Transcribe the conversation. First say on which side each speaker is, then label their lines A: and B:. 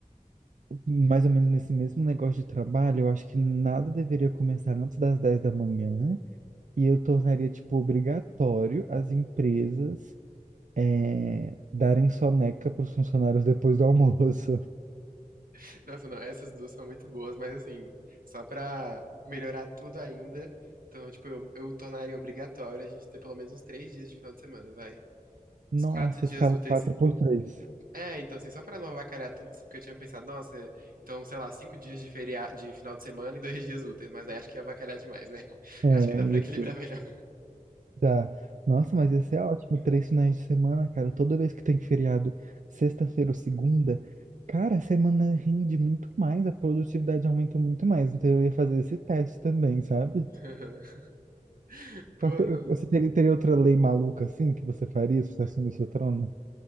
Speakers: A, on the right; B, on the right.
A: mais ou menos nesse mesmo negócio de trabalho, eu acho que nada deveria começar antes das 10 da manhã. E eu tornaria, tipo, obrigatório as empresas eh, darem soneca para os funcionários depois do almoço. <laughs>
B: <laughs> Nossa, não, essas duas são muito boas, mas assim, só pra melhorar tudo ainda, então, tipo, eu, eu tornaria obrigatório a gente ter pelo menos uns três dias de final de semana, vai.
A: Nossa,
B: Uns quatro dias
A: escala
B: úteis
A: 4 por 3.
B: É, então, assim, só pra não avacalhar tanto, porque eu tinha pensado, nossa, então, sei lá, cinco dias de feriado, de final de semana e dois dias úteis, mas aí acho que ia avacalhar demais, né? <laughs>
A: É,
B: Acho que dá pra equilibrar
A: isso.
B: melhor.
A: Dá. Nossa, mas ia ser ótimo, três finais de semana, cara. Toda vez que tem feriado, sexta-feira ou segunda, cara, a semana rende muito mais, a produtividade aumenta muito mais. Então eu ia fazer esse teste também, sabe?
B: <laughs> Pô,
A: Qual que-
B: não.
A: Você teria, teria outra lei maluca assim que você faria se você assumisse seu trono?